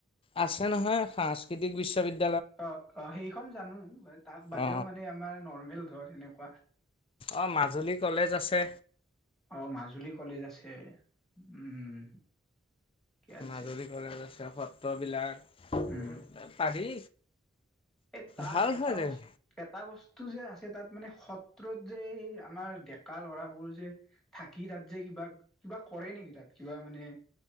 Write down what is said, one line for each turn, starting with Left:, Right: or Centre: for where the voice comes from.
Left: আছে নহয় সাংস্কৃতিক বিশ্ববিদ্যালয়।
Centre: অ - অ সেইখন জানো তাক বাদেও
Left: অ
Centre: মানে আমাৰ নৰ্মেল ধৰ এনেকুৱা
Left: অ, মাজুলী কলেজ আছে।
Centre: অ, মাজুলী কলেজ আছে। উম, কি আছে।
Left: মাজুলী কলেজ আছে সত্ৰবিলাক
Centre: উম
Left: পাৰি
Centre: এই তাৰ
Left: ভাল
Centre: এটা
Left: হয় জেগা
Centre: বস এটা বস্তু যে আছে। তাত মানে সত্ৰত যে আমাৰ ডেকা লৰাবোৰ যে থাকি তাত যে কিবা কিবা কৰে নেকি তাত কিবা মানে